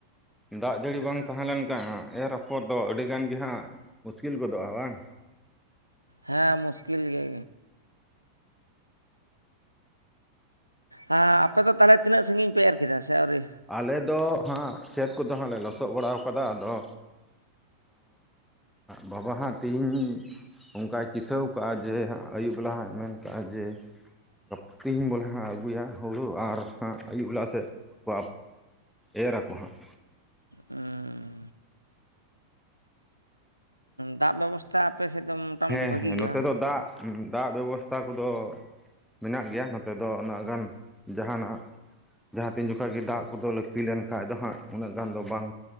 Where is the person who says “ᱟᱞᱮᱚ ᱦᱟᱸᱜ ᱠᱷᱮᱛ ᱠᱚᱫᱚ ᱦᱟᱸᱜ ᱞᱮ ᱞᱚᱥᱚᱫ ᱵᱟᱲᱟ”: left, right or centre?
Centre